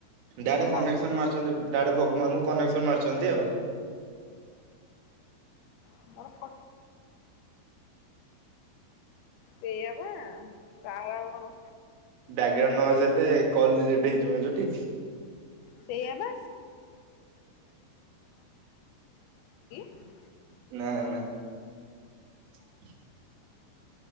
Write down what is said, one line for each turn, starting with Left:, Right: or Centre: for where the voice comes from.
Right: ଡାଇରେକ୍ଟ
Left: ହେଲା
Right: କନେକ୍ସନ ମାରୁଛନ୍ତି ଡାଇରେକ୍ଟ ଲୋକମାନଙ୍କୁ କନେକ୍ସନ ମାରୁଛନ୍ତି ଆଉ
Left: <unintelligible> ସେଇଆ ପା ତାର କଣ
Right: ବ୍ୟାଗ୍ରାଉଣ୍ଡ ନଏଜ୍ ହେଲେ କଲଟା ରେଜେକ୍ଟ ହେଇଯିବ ଜୁଟିଛି।
Left: ସେଇଆ ପା <unintelligible>
Right: ନା ନା। <inaudible>